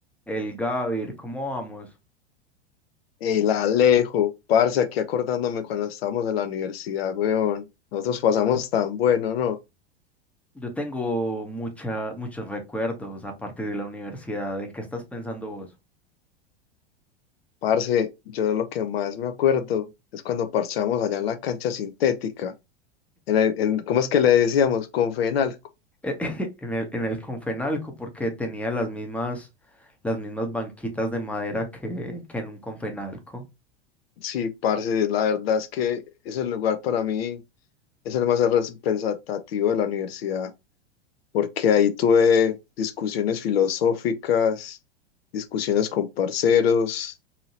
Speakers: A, in the centre; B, on the left.
A: El Gavir, ¿cómo vamos?
B: El Alejo, parce, aquí acordándome cuando estábamos en la universidad, weón. Nosotros pasamos tan bueno, ¿no?
A: Yo tengo mucha, muchos recuerdos a partir de la universidad. ¿En qué estás pensando vos?
B: Parce, yo lo que más me acuerdo es cuando parchamos allá en la cancha sintética. En el- en- ¿cómo es que le decíamos? Confenal.
A: Eh, <laughs> En el, en el Confenalco, porque tenía las mismas, las mismas banquitas de madera que, que en un Confenalco.
B: Sí, parce, la verdad es que ese lugar para mí es el más representativo de la universidad, porque ahí tuve discusiones filosóficas, discusiones con parceros,